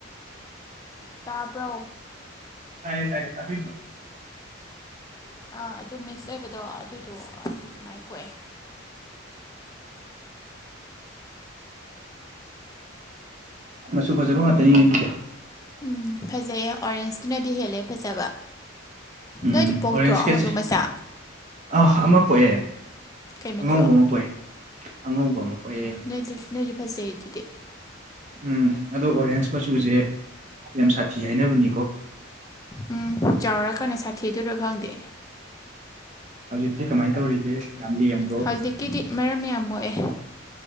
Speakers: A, on the left; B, on the right.
A: ꯇꯥꯕ꯭ꯔꯣ
B: ꯇꯥꯏ ꯇꯥꯏꯌꯦ ꯇꯕꯤ꯭ꯔꯣ
A: ꯑꯥ ꯑꯗꯨ ꯃꯤꯛꯁ ꯑꯣꯏꯕꯗꯣ ꯑꯗꯨꯗꯣ ꯑꯗꯨꯃꯥꯏ ꯄꯣꯛꯑꯦ
B: ꯃꯆꯨ ꯐꯖꯕ ꯉꯥꯛꯇꯅꯤꯅꯦ ꯑꯗꯨꯗꯤ
A: ꯎꯝ ꯐꯖꯩ ꯑꯣꯔꯦꯟꯖꯀꯤꯅꯗꯤ ꯍꯦꯜꯂꯦ ꯐꯖꯕ
B: ꯎꯝ
A: ꯅꯣꯏꯗꯤ ꯄꯣꯛꯇ꯭ꯔꯣ
B: ꯑꯣꯔꯦꯟꯖ ꯀꯦꯠꯁꯦ
A: ꯍꯧꯗꯣꯛ ꯃꯆꯥ
B: ꯑꯥ ꯑꯃ ꯄꯣꯛꯑꯦ
A: ꯀꯩ ꯃꯆꯨ
B: ꯑꯉꯧꯕ ꯑꯃ ꯄꯣꯛꯑꯦ ꯑꯉꯧꯕ ꯑꯃ ꯄꯣꯛꯑꯦ
A: <unintelligible> ꯅꯣꯏꯗꯤ ꯐꯖꯩ ꯑꯗꯨꯗꯤ
B: ꯎꯝ ꯑꯗꯣ ꯑꯣꯔꯦꯟꯖ ꯃꯆꯨꯁꯦ ꯌꯥꯝ ꯁꯥꯊꯤ ꯍꯥꯏꯅꯕꯅꯤꯀꯣ
A: ꯎꯝ ꯆꯥꯎꯔꯛꯀꯥꯟꯗ ꯁꯥꯊꯤꯗꯨꯔ ꯈꯪꯗꯦ
B: ꯍꯧꯖꯤꯛꯇꯤ ꯀꯃꯥꯏ ꯇꯧꯔꯤꯒꯦ ꯌꯥꯝ ꯂꯦꯝ
A: ꯍꯧꯖꯤꯛꯀꯤꯗꯤ ꯃꯔꯝ ꯌꯥꯝ ꯃꯣꯛꯑꯦ